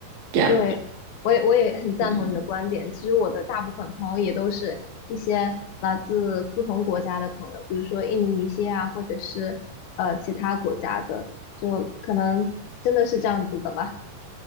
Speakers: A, on the right (about 50°); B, on the left (about 75°).
A: 这样，
B: 对，我也我也很赞同你的观点。
A: 嗯
B: 其实我的大部分朋友也都是一些来自不同国家的朋友，比如说印度尼西亚或者是呃其他国家的，就可能真的是这样子的吧。